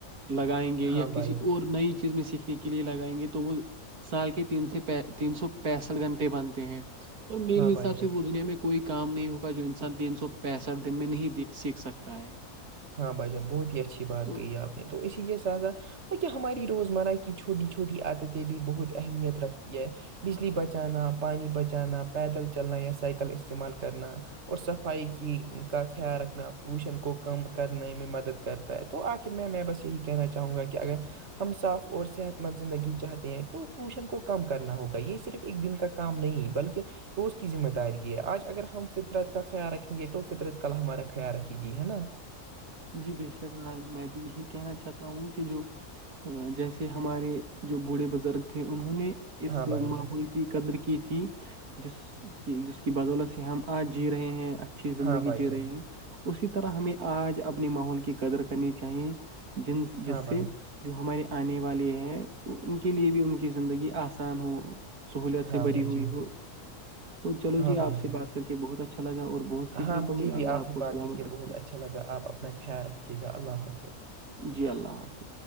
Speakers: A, on the right; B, on the right.
A: لگائیں گے یا
B: ہاں
A: کسی
B: بھائی
A: اور نئی چیز میں سیکھنے کے لیے لگائیں گے تو وہ سال کے ت سے تین سو پینسٹھ گھنٹے بنتے ہیں اور مے
B: ہاں بھائی
A: حساب
B: جان
A: سے وہ دنیا میں کوئی کام نہیں ہوگا جو انسان تین سو پینسٹھ دن میں نہیں سیکھ سکتا ہے
B: ہاں بھ جان بہت ہی اچھی بات
A: تو
B: کہ آپ نے تو اسی لیے سا سا کیا ہماری روزمرہ کی چھوٹی چھوٹی عادتیں بھی بہت اہمیت رکھتی ہے بجلی بچانا پانی بچانا پیدل چلنا یا سائیکل استعمال کرنا اور صفائی کی کا خیال رکھنا پولوشن کو کم کرنے میں مدد کرتا ہے تو آخر میں میں بس یہی کہنا چاہوں گا کہ اگر ہم صاف اور صحت مند زندگی چاہتے ہیں تو پولوشن کو کم کرنا ہوگا یہ صرف ایک دن کا کام نہیں بلکہ روز کی ذمہ داری ہے آج اگر ہم فطرت کا خیال رکھیں گے تو فطرت ک ہمارا خیال رکھے گی ہے نا
A: جی بے شک میں بھی یہی کہنا چاہتا ہوں کہ جو جیسے ہمارے جو بوڑھے بزرگ تھے انہوں نے اس
B: ہاں بھائی جان
A: ماحول قدر کی تھی جس کی جس کی بدولت سے ہم آج جی رہے ہیں اچھا اچھی زندگی
B: ہاں بھائی
A: جی
B: جان
A: رہے ہیں اسی طرح ہمیں آج اپنے ماحول کی قدر کرنی چاہیے جن
B: ہاں
A: جس سے
B: بھائی
A: جو ہمارے آنے والے ہیں ان کے لیے بھی ان کی زندگی آسان ہو سہولت
B: ہاں
A: سے بری
B: بھائی
A: ہوئی
B: جان
A: ہو تو چلو
B: ہاں
A: جی آپ
B: بھائی
A: سے
B: جان
A: بات کر کے بہت اچھا لگا اور بہت سیکھنے
B: ہاں
A: کو
B: مجھے
A: ملا
B: بھی
A: اللہ آپ
B: سے
A: کو
B: بات
A: سلامت
B: کر کے
A: رکھیے
B: بہت اچھا لگا آپ اپنا خیال رکھیے گا اللہ حافظ
A: جی اللہ حافظ